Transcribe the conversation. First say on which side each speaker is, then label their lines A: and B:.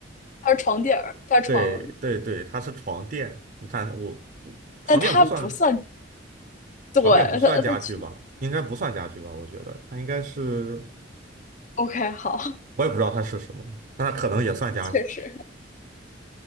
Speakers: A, on the left; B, on the right.
A: 它是床垫儿，它是床，
B: 对对对，它是床垫。你看我床垫不算
A: 但它不算，对，
B: 床垫不算家具吧？
A: 它它去
B: 应该不算家具吧？我觉得它应该是，
A: ，OK，好，
B: 我也不知道它是什么，但它可能也算家具。
A: <laughs> 确实